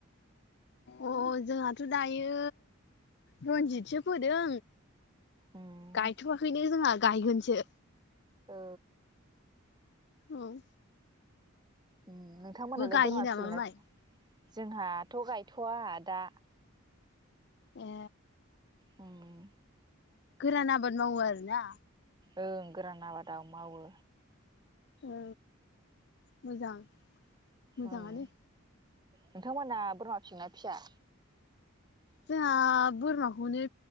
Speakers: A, on the left; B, on the right.
A: अ जोंहाथ' दायो रन्जितसो फोदों
B: उम
A: गायथ'वाखैनो जोंहा गायगोनसो।
B: औ।
A: औ ‌।
B: उम नोंथांमोनहालाय
A: गायो
B: बोरमा
A: नामा
B: फिगोनना
A: माइ
B: फिया? जोंहाथ' गायथ'वा दा
A: ए।
B: उम।
A: गोरान आबाद मावो आरो ना?
B: ओं गोरान आबादाव मावो।
A: औ मोजां मोजाङानो।
B: उम नोंथांमोना बोरमा फिसियोना फिया?
A: जोंहा बोरमाखौनो